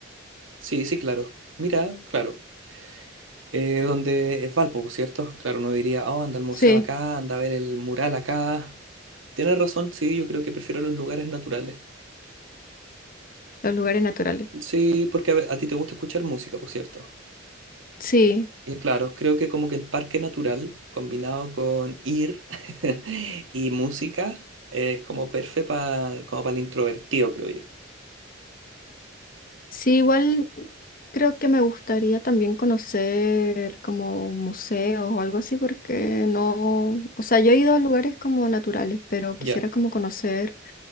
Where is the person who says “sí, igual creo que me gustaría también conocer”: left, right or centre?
Left